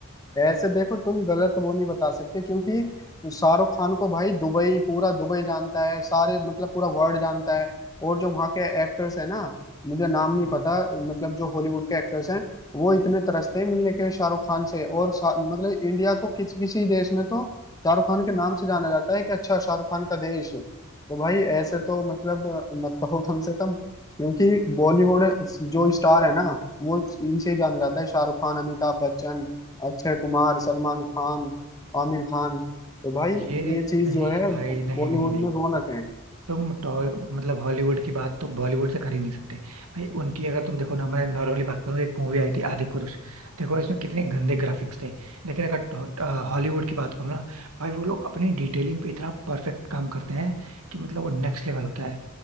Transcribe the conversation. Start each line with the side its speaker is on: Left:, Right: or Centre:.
Left: ऐसे देखो तुम गलत वो नहीं बता सकते क्योंकि शाहरुख खान को भाई दुबई पूरा दुबई जानता है सारे मतलब पूरा वर्ल्ड जानता है और जो वहाँ के एक्टर्स हैं ना मुझे नाम नहीं
Right: हम्म,
Left: पता
Right: हम्म।
Left: मतलब जो हॉलीवुड के एक्टर्स हैं वो इतने तरसते हैं मिलने के लिए शाहरुख खान से और शा- मतलब इंडिया को किसी किसी देश में तो शाहरुख खान के नाम से जाना जाता है कि अच्छा शाहरुख खान का देश तो भाई ऐसे तो मतलब मत कहो कम से कम क्योंकि बॉलीवुड जो स्टार है ना वो इनसे ही जाना जाता है शाहरुख खान अमिताभ बच्चन अक्षय कुमार सलमान खान आमिर खान तो भाई
Right: ये
Left: ये चीज
Right: नहीं
Left: जो है
Right: भाई
Left: बॉलीवुड
Right: नहीं नहीं नहीं
Left: में रौनक है
Right: तुम टॉ- मतलब हॉलीवुड की बात तो बॉलीवुड से कर ही नहीं सकते भाई उनकी अगर तुम देखो ना मैं नॉर्मली बात करूँ एक मूवी आई थी आदि पुरुष देखो इसमें कितने गंदे ग्राफिक्स थे लेकिन अगर टॉ- अ, हॉलीवुड की बात करूँ ना भाई वो लोग अपनी डिटेलिंग पे इतना परफेक्ट काम करते हैं कि मतलब वो नेक्स्ट लेवल होता है